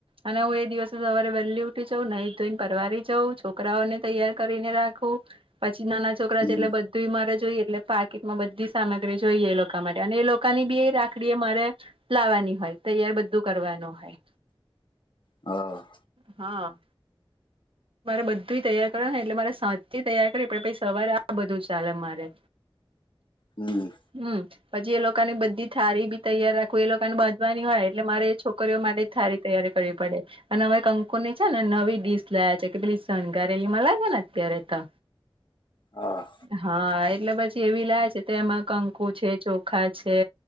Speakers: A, on the right; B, on the left.
A: અને હું એ દિવસ સવારે વહેલી ઉઠી જઉં, નઈ ધોઈને પરવારી જઉં, છોકરાઓને તૈયાર કરીને રાખું. પછી નાના છોકરા
B: હમ
A: છે એટલે બધું મારે જોઈએ એટલે પાકીટમાં બધી સામગ્રી જોઈએ એ લોકા માટે અને એ લોક કાની બે રાખડીએ મારે લાવવાની હોય તૈયાર બધું કરવાનું હોય.
B: હહ
A: હા મારે બધું તૈયાર કરવાનું ને એટલે મારે સાંજથી તૈયાર કરી પે પછી સવારે આ બધું ચાલે મારે.
B: હમ્મ
A: હમ્મ પછી એ લોકોની બધી થારી બી તૈયાર રાખું એ લોકોને બાંધવાની હોય એટલે મારે છોકરીઓ માટે થારી તૈયારી કરવી પડે, અને હવે કંકુની છે ને નવી ડીશ લાયા છે. કે પેલી શણગારેલી મલે છેે ને અત્યારે તો.
B: હા
A: હા, એટલે પછી એવી લાયા છે, તો એમાં કંકુ છે, ચોખા છે.